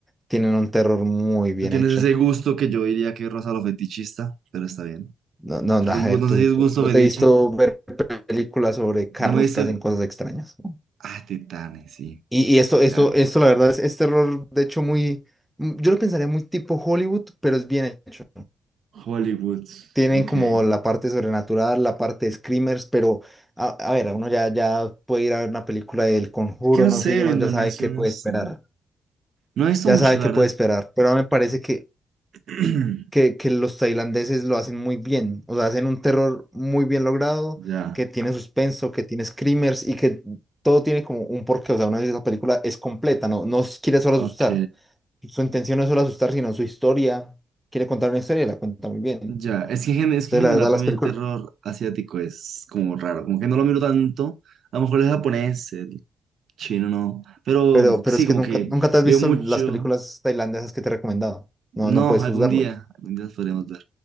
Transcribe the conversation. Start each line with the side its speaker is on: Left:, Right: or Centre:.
Centre: tienen un terror muy bien
Right: Tú tienes
Centre: hecho.
Right: ese gusto que yo diría que rosa lo fetichista, pero está bien.
Centre: No, no,
Right: Ru-
Centre: no, a ver,
Right: No
Centre: tú,
Right: sé si es gusto
Centre: tú- yo
Right: fetiche.
Centre: te he visto ver películas sobre carros
Right: No me he visto.
Centre: que hacen cosas extrañas.
Right: Ah, Titanes, sí,
Centre: Y, y esto,
Right: Titanes.
Centre: esto, esto, la verdad, es, es terror, de hecho, muy, mm, yo lo pensaría muy tipo Hollywood, pero es bien hecho.
Right: Hollywood,
Centre: tienen
Right: ok.
Centre: como la parte sobrenatural, la parte de screamers, pero a, a ver, uno ya, ya puede ir a ver una película del Conjuro,
Right: Que no
Centre: no
Right: sé,
Centre: sé, y
Right: el
Centre: uno
Right: indonesio,
Centre: ya sabe qué
Right: no
Centre: puede
Right: sé.
Centre: esperar,
Right: No he visto
Centre: ya
Right: mucho,
Centre: sabe
Right: la
Centre: qué puede
Right: verdad.
Centre: esperar, pero me parece que,
Right: <clears throat>
Centre: que, que los tailandeses lo hacen muy bien, o sea, hacen un terror muy bien logrado,
Right: Ya,
Centre: que tiene suspenso, que tiene screamers y que todo tiene como un porqué, o sea, una vez esa película es completa, no, no quiere solo
Right: ok.
Centre: asustar, su intención no es solo asustar, sino su historia, quiere contar una historia y la cuenta muy bien. Entonces,
Right: Ya, es que, en gen- es que en general
Centre: la verdad,
Right: para
Centre: las
Right: mí
Centre: películas...
Right: el terror asiático es como raro, como que no lo miro tanto. A lo mejor el japonés, el chino, no. Pero
Centre: Pero, pero
Right: sí,
Centre: es que
Right: como
Centre: nunca,
Right: que
Centre: nunca te has
Right: veo
Centre: visto
Right: mucho.
Centre: las películas tailandesas que te he recomendado. No,
Right: No,
Centre: no puedes
Right: algún
Centre: juzgarlo.
Right: día, algún día las podremos ver.